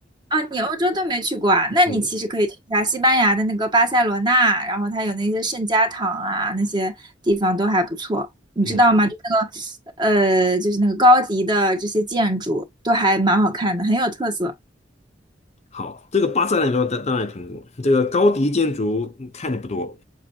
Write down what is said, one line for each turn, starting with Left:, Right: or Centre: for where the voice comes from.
Right: 啊，你欧洲都没去过啊？那你其实可以去一下西班牙的那个巴塞罗那，
Left: 嗯
Right: 然后它有那些圣家堂啊，那些地方都还不错，你知道吗？
Left: 嗯，
Right: 就那个，呃，就是那个高迪的这些建筑都还蛮好看的，很有特色。
Left: 好，这个巴塞罗那当当然也听过，这个高迪建筑嗯看的不多。